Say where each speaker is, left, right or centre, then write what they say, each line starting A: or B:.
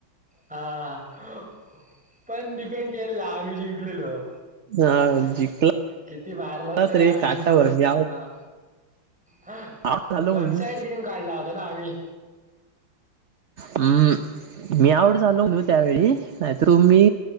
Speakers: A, in the centre; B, on the right (about 55°).
A: हा पण डिपेंड केलेला आम्ही जिंकलेलो.
B: हा जिंकला
A: किती मारलाच तरी
B: तर
A: आम्ही
B: एक काटावर
A: जिंकलोच हा.
B: मी आऊट
A: ह
B: आऊट झालो
A: वन
B: म्हणून
A: साइड गेम काढला होता ना आम्ही.
B: हम्म मी आऊट झालो ना त्यावेळी
A: हम्म.
B: नाहीतर मी.